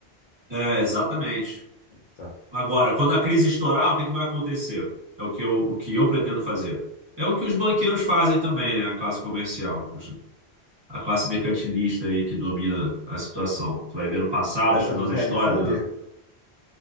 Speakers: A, on the right; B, on the left.
A: É, exatamente.
B: Então,
A: Agora, quando a crise estourar, o que que vai acontecer? É o que eu, o que eu pretendo fazer. É o que os banqueiros fazem também, né? A classe comercial, os- a classe mercantilista aí que domina a situação. Tu vai ver no passado,
B: vai
A: estudando
B: fazer os
A: a
B: headfund?
A: história do.